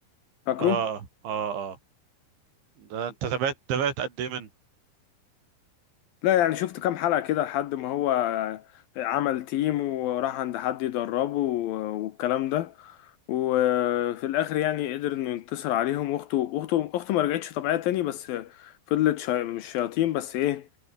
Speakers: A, on the left (about 70°); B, on the right (about 80°).
A: فاكره
B: اه اه اه ده انت تابعت تابعت قد ايه من
A: لا يعني شفت كام حلقه كده لحد ما هو عمل تيم وراح عند حد يدربه والكلام ده وفي الاخر يعني قدر انه ينتصر عليهم واخته اخته اخته ما رجعتش طبيعيه تاني بس فضلت شي... مش شياطين بس ايه